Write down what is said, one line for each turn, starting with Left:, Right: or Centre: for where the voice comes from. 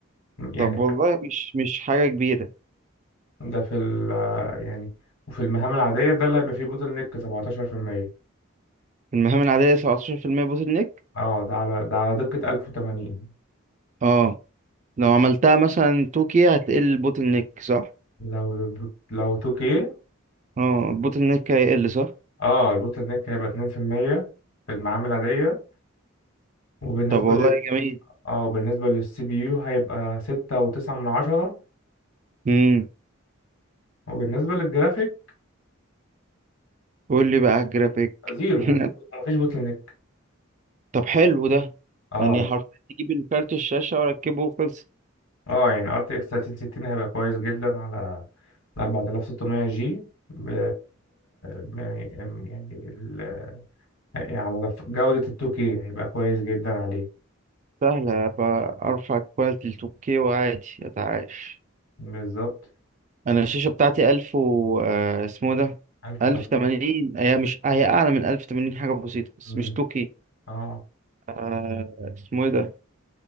Left: يعني
Right: طب والله مش مش حاجه كبيره
Left: ده في ال يعني وفي المهام العادية ده اللي هيبقى فيه بوتل نيك 17%
Right: المهام العاديه 17% بوتل نيك
Left: اه ده على ده على دقة 1080
Right: اه لو عملتها مثلا 2K هتقل البوتل نيك صح
Left: لو البوت... لو 2K
Right: اه البوتل نيك هيقل صح
Left: اه البوتل نيك هيبقى 2% في المية في المعامل العادية وبالنسبة
Right: طب والله
Left: اه لل
Right: جميل
Left: اه بالنسبة للسي بي يو هيبقى ستة وتسعة من عشرة
Right: امم
Left: وبالنسبة للجرافيك
Right: قول لي بقى على الجرافيك
Left: زيرو
Right: <laughs>
Left: مفيش مفيش بوتل نيك
Right: طب حلو ده
Left: اه
Right: يعني حرفيا تجيب الكارت الشاشة واركبه وخلص
Left: اه يعني ار تي اكس 3060 هيبقى كويس جدا على 4600 جي ب... ب- يعني ال... يعني على لف- جودة ال 2K هيبقى كويس جدا عليه
Right: سهلة بقى ارفع كواليتي ل 2K وعادي اتعايش
Left: بالظبط
Right: انا الشاشة بتاعتي 1000 و آه، اسمه ده
Left: 1080
Right: 1080 هي مش هي اعلى من 1080 حاجة بسيطة بس
Left: مم.
Right: مش 2K
Left: اه
Right: آه، اسمه ايه ده